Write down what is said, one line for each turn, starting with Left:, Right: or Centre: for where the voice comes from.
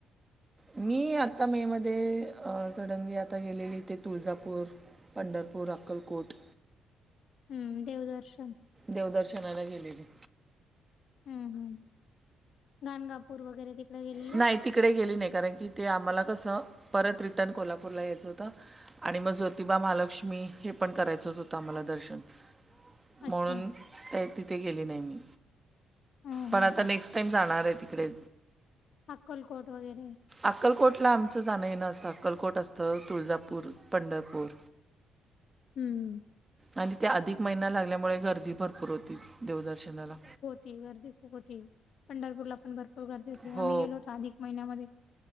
Right: मी आता मे मध्ये सडनली आता गेलेली ते तुळजापूर, पंढरपूर, अक्कलकोट.
Left: हम्म देवदर्शन.
Right: देवदर्शनाला गेलेली.
Left: हम् हम् गाणगापूर वगैरे तिकडे गेलेला?
Right: नाही तिकडे गेली नाही. कारण की ते आम्हाला कसं परत रिटर्न कोल्हापूरला यायचं होतं. आणि मग ज्योतिबा, महालक्ष्मी हे पण करायचंच होतं आम्हाला दर्शन.
Left: अच्छा
Right: म्हणून काय तिथे गेले नाही मी.
Left: हम्म
Right: पण
Left: हम्म
Right: आता
Left: हम्म
Right: नेक्स्ट टाइम जाणार आहे तिकडे.
Left: अक्कलकोट वगैरे.
Right: अक्कलकोटला आमचं जाणं येणं असतं. अक्कलकोट असतं. तुळजापूर, पंढरपूर.
Left: हम्म,
Right: आणि त्या अधिक महिना लागल्यामुळे गर्दी भरपूर होती देवदर्शनाला.
Left: ती गर्दी खूप होती. पंढरपूरला पण भरपूर गर्दी होती.
Right: हो
Left: आम्ही गेलो होतो अधिक महिन्यामध्ये